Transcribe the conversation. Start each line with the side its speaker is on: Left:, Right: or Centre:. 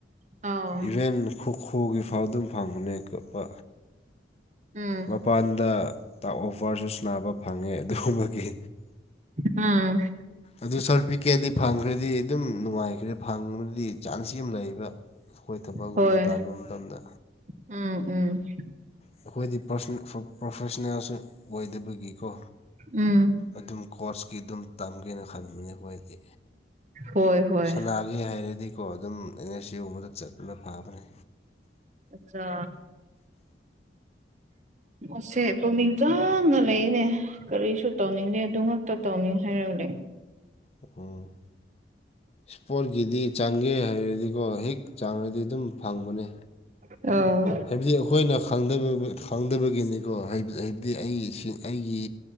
Right: ꯑꯥꯎ
Left: ꯏꯚꯦꯟ ꯈꯣꯈꯣꯒꯤ ꯐꯥꯎ ꯑꯗꯨꯝ ꯐꯪꯕꯅꯦ ꯀꯣꯄ
Right: ꯎꯝ
Left: ꯃꯄꯥꯟꯗ ꯑꯣꯐꯔꯁꯨ ꯁꯥꯟꯅꯕ ꯐꯪꯉꯦ ꯑꯗꯨꯒꯨꯝꯕꯒꯤ
Right: ꯑꯝ
Left: ꯑꯗꯨ ꯁꯥꯔꯇꯤꯐꯤꯀꯦꯠꯗꯤ ꯐꯪꯈ꯭ꯔꯗꯤ ꯑꯗꯨꯝ ꯅꯨꯡꯉꯥꯏꯈ꯭ꯔꯦ ꯐꯪꯕꯗꯤ ꯆꯥꯟꯁ ꯌꯥꯝ ꯂꯩꯌꯦꯕ ꯑꯩꯈꯣꯏ ꯊꯕꯛꯒꯨꯝꯕ
Right: ꯍꯣꯏ
Left: ꯇꯥꯟꯕ ꯃꯇꯝꯗ
Right: ꯎꯝ ꯎꯝ
Left: ꯑꯩꯈꯣꯏꯗꯤ ꯄ꯭ꯔꯥꯁꯣꯅꯦ ꯄ꯭ꯔꯣꯐꯦꯁꯅꯦꯜꯁꯨ ꯑꯣꯏꯗꯕꯒꯤꯀꯣ
Right: ꯎꯝ
Left: ꯑꯗꯨꯝ ꯀꯣꯁꯀꯤ ꯑꯗꯨꯝ ꯇꯝꯒꯦꯅ ꯈꯟꯕꯅꯦ ꯑꯩꯈꯣꯏꯗꯤ
Right: ꯍꯣꯏ ꯍꯣꯏ
Left: ꯁꯅꯥꯒꯤ ꯍꯥꯏꯔꯦꯗꯤꯀꯣ ꯑꯗꯨꯝ ꯑꯦꯟ ꯑꯦꯁ ꯌꯨ ꯑꯃꯗ ꯆꯠꯇꯄꯨꯅ ꯐꯥꯕꯅꯤ
Right: ꯑꯆꯥ ꯑꯁꯦ ꯄꯨꯛꯅꯤꯡ ꯆꯪꯅꯂꯛꯏꯅꯦ ꯀꯔꯤꯁꯨ ꯇꯧꯅꯤꯡꯗꯦ ꯑꯗꯨ ꯉꯛꯇ ꯇꯧꯅꯤ ꯍꯥꯏꯔ ꯂꯩ
Left: ꯑꯣ ꯏꯁꯄꯣꯔꯠꯀꯤꯗꯤ ꯆꯥꯡꯒꯦ ꯍꯥꯏꯔꯗꯤꯀꯣ ꯍꯦꯛ ꯆꯥꯡꯔꯗꯤ ꯑꯗꯨꯝ ꯐꯪꯕꯅꯦ
Right: ꯑ
Left: ꯍꯥꯏꯕꯗꯤ ꯑꯩꯈꯣꯏꯅ ꯈꯪꯗꯕꯒꯤꯅꯤꯀꯣ ꯍꯥꯏꯕꯗꯤ ꯑꯩ ꯏꯁꯤꯡ ꯑꯩꯒꯤ